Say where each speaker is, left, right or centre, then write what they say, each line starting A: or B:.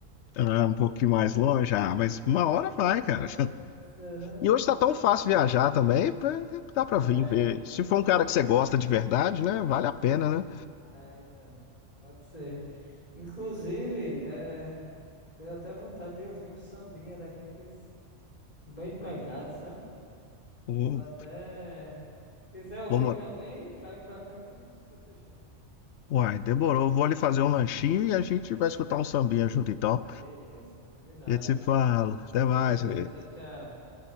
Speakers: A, on the left; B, on the left.
A: ah, um pouquinho mais longe, ah, mas uma hora vai, cara.
B: Ah, será?
A: E hoje tá tão fácil viajar também, pra- dá pra
B: É,
A: vir ver.
B: então.
A: Se for um cara que você gosta de verdade, né? Vale a pena, né?
B: É, então. Pode ser. Inclusive, é. Deu até vontade de ouvir um sambinha daqueles bem pegados, sabe?
A: Hum,
B: Vou até. Quiser ouvir
A: vamos.
B: também, cai pra cá que a gente escuta junto.
A: Uai, demorou. Vou ali fazer um lanchinho e a gente vai escutar um sambinha junto então.
B: Beleza, combinado.
A: E a gente se fala. Até mais,
B: Beleza,
A: né
B: tchau, tchau.